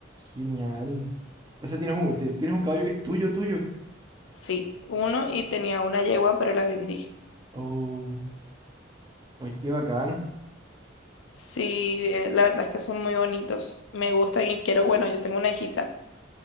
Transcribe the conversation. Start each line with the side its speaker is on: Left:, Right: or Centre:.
Right: genial. O sea, tienes un, te- tienes un caballo que es tuyo, tuyo.
Left: Sí, uno y tenía una yegua, pero la vendí.
Right: Oh, oye, qué bacán.
Left: Sí, eh, la verdad es que son muy bonitos. Me gustan y quiero, bueno, yo tengo una hijita